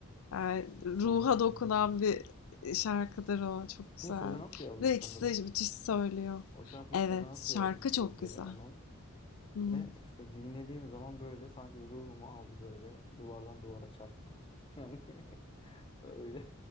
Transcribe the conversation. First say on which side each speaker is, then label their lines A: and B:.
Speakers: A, on the left; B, on the left.
A: Yani ruha
B: Sanın.
A: dokunan bir e, şarkıdır o. Çok güzel.
B: Bunu Sezen Aksu yazmış
A: Bir de
B: sanırım.
A: ikisi de müthiş söylüyor.
B: O şarkıyı
A: Evet,
B: Sezen Aksu
A: şarkı
B: yazmış sözleri
A: çok güzel.
B: onun.
A: Hı
B: Ve
A: hı.
B: işte dinlediğim zaman böyle sanki ruhumu aldı böyle duvardan duvara çarptı. Yani <laughs> Öyle.